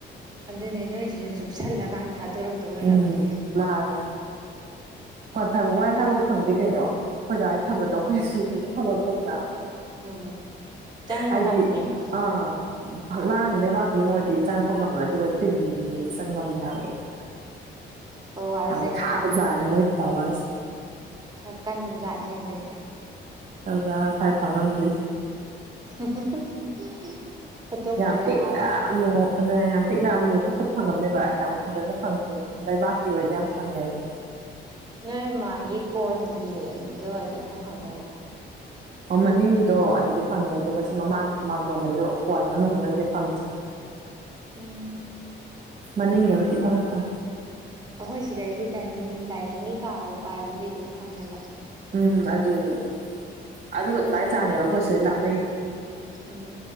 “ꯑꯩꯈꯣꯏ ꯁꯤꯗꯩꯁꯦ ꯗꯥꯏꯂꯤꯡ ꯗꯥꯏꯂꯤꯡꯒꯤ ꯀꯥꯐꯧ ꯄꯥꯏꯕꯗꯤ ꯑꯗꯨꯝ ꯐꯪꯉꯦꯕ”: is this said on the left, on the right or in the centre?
Right